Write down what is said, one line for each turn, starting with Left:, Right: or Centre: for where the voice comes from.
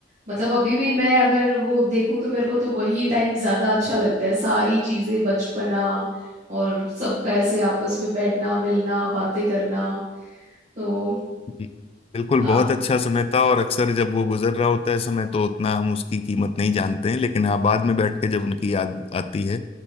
Right: मतलब अभी भी मैं अगर वो देखूं तो मेरे को तो वही टाइम ज्यादा अच्छा लगता है सारी चीजें बचपना और सबका ऐसे आपस में बैठना मिलना बातें करना तो
Left: जी। बिल्कुल
Right: आप
Left: बहुत अच्छा समय था और अक्सर जब वो गुजर रहा होता है समय तो उतना हम उसकी कीमत नहीं जानते हैं लेकिन हाँ बाद में बैठ के जब उनकी याद आती है